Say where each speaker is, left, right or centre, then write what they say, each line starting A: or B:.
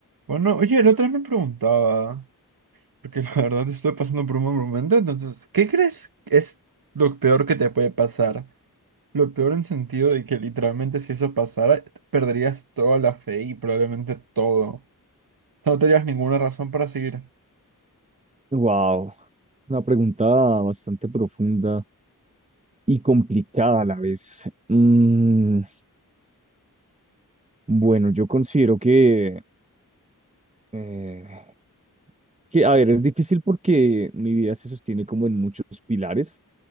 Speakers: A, on the right; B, on the right.
A: Bueno, oye, el otro me preguntaba, porque <laughs> la verdad estoy pasando por un mal momento, entonces, ¿qué crees que es lo peor que te puede pasar? Lo peor en sentido de que literalmente si eso pasara, perderías toda la fe y probablemente todo. O sea, no tendrías ninguna razón para seguir.
B: Wow, una pregunta bastante profunda y complicada a la vez. Mm, bueno, yo considero que, eh, que, a ver, es difícil porque mi vida se sostiene como en muchos pilares.